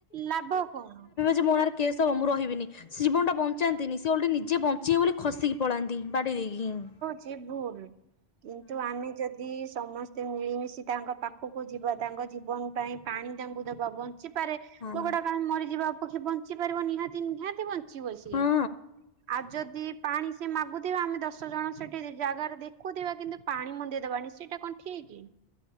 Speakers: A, on the right (about 85°); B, on the left (about 50°).
A: ଲାଭ କଣ?
B: ଛି ମୋ ନାରେ କେସ୍ ହବ ମୁଁ ରହିବିନି। ଜୀବନ ଟା ବଞ୍ଚାନ୍ତିନି ସେ ଓଲଟି ନିଜେ ବଞ୍ଚିବେ ବୋଲି ଖସିକି ପଳାନ୍ତି ବାଡେଇ ଦେଇକିନି।
A: ଯେ ଭୁଲ କିନ୍ତୁ ଆମେ ଯଦି ଦି ସମସ୍ତେ ମିଳିମିଶି ତାଙ୍କ ପାଖକୁ ଯିବା ତାଙ୍କ ଜୀବନ ପାଇଁ ପାଣି ତାଙ୍କୁ ଦେବା ବଞ୍ଚି ପାରେ
B: ହଁ।
A: ଲୋକଟା କାଇଁ ମରିଯିବ ଅପେକ୍ଷା ବଞ୍ଚି ପାରିବ ନିହାତି ନିହାତି ବଞ୍ଚିବ ସିଏ।
B: ହଁ
A: ଆଉ ଯଦି ପାଣି ସିଏ ମାଗୁଥିବା ଆମେ ଦଶ ଜଣ ସେଠି ଜାଗାରେ ଦେଖୁଥିବା କିନ୍ତୁ ପାଣି ମନ୍ଦେଇଦବାନି ସେଇଟା କଣ ଠିକ୍?